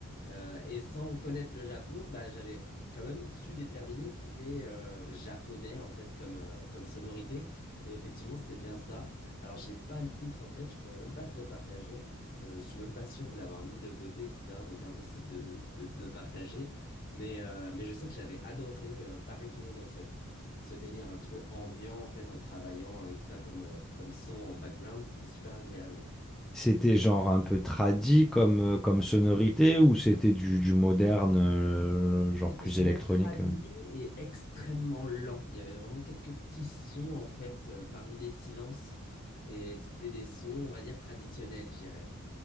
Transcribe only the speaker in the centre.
C'était genre un peu tradi comme, euh, comme sonorité ou c'était du, du moderne, euh, genre
plus
électronique?
euh